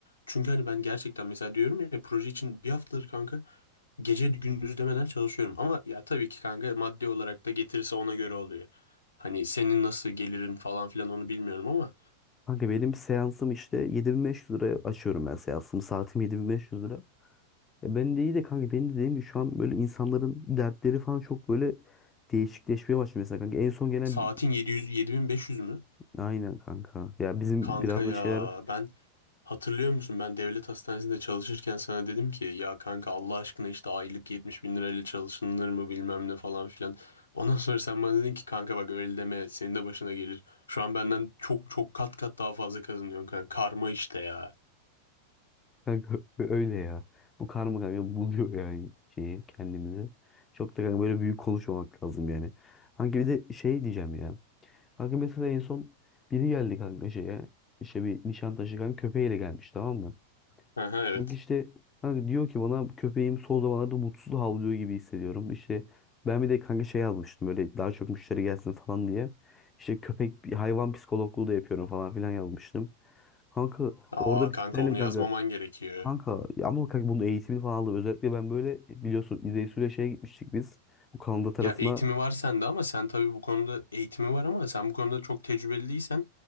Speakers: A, on the left; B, on the left.
A: Çünkü hani ben gerçekten mesela diyorum ya proje için bir haftadır kanka Gece gündüz demeden çalışıyorum ama ya tabii ki kanka maddi olarak da getirirse ona göre oluyor. Hani senin nasıl gelirin falan filan onu bilmiyorum ama
B: kanka benim seansım işte 7500 liraya açıyorum ben seansımı. Saatim 7500 lira. E ben de iyi de kanka benim de dediğim gibi şu an böyle insanların dertleri falan çok böyle değişikleşmeye başladı mesela kanka. En son gelen
A: saatin
B: bir...
A: 700 7500 mü?
B: Aynen kanka. Ya bizim
A: Kanka
B: biraz
A: ya
B: da şeyler
A: ben hatırlıyor musun ben devlet hastanesinde çalışırken sana dedim ki ya kanka Allah aşkına işte aylık 70 bin lirayla çalışılır mı bilmem ne falan filan. Ondan sonra sen bana dedin ki kanka bak öyle deme senin de başına gelir. Şu an benden çok çok kat kat daha fazla kazanıyorsun kanka. Karma işte ya.
B: kanka <laughs> öyle ya. Bu karma kanka buluyor yani şeyi kendimizi. Çok da kanka böyle büyük konuşmamak lazım yani. Kanka bir de şey diyeceğim ya. Kanka mesela en son biri geldi kanka şeye. İşte bir Nişantaşı kanka köpeğiyle gelmiş tamam mı?
A: Aha, evet.
B: Kanka işte kanka diyor ki bana köpeğim son zamanlarda mutsuz havlıyor gibi hissediyorum. İşte ben bir de kanka şey yazmıştım böyle daha çok müşteri gelsin falan diye. İşte köpek hayvan psikologluğu da yapıyorum falan filan yazmıştım. Kanka orada
A: Aa
B: bir
A: kanka
B: kitlendim
A: onu
B: kanka.
A: yazmaman gerekiyor.
B: Kanka ya ama kanka bunun eğitimini falan aldım. Özellikle ben böyle biliyorsun İzeysu'yla şeye gitmiştik biz. Bu Kanada tarafına
A: Ya eğitimi var sende ama sen tabii bu konuda eğitimi var ama sen bu konuda çok tecrübeli değilsen